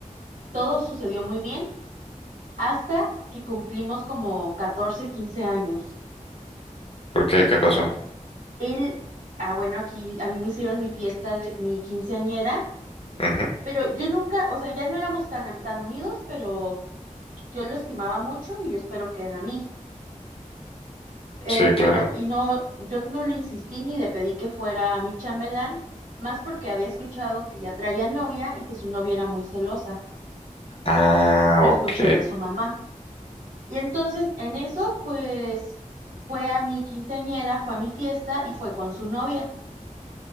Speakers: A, on the right; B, on the left.
A: todo sucedió muy bien hasta que cumplimos como 14 15 años.
B: ¿Por qué? ¿Qué pasó?
A: Él, ah, bueno, aquí a mí me hicieron mi fiesta de mi quinceañera,
B: Ujú,
A: pero yo nunca, o sea, ya no éramos tan, am- tan unidos, pero yo lo estimaba mucho y yo espero que él a mí. Eh,
B: Sí, claro.
A: pero, y no, yo no le insistí ni le pedí que fuera mi chambelán, más porque había escuchado que ya traía novia y que su novia era muy celosa.
B: Ah,
A: Lo escuché
B: ok,
A: de su mamá. Y entonces, en eso, pues, fue a mi quinceañera, fue a mi fiesta y fue con su novia.